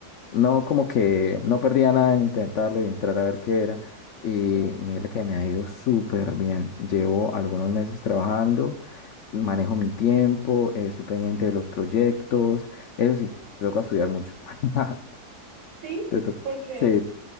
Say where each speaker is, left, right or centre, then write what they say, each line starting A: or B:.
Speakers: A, on the left (about 65°); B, on the right (about 70°).
A: no como que no perdía nada en intentarlo y entrar a ver qué era. Y
B: Sí,
A: mira que me ha ido súper bien. Llevo algunos meses trabajando, manejo mi tiempo, eh, estoy pendiente de los proyectos. Eso sí,
B: ok.
A: te toca estudiar mucho. <laughs> Ajá,
B: Sí,
A: Te toca.
B: porque,
A: Sí,